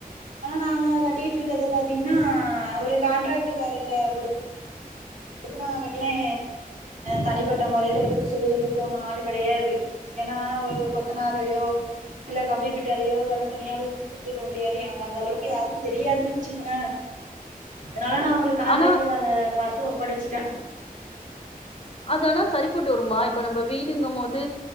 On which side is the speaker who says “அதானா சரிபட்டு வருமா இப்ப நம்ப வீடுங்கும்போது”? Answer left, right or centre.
Left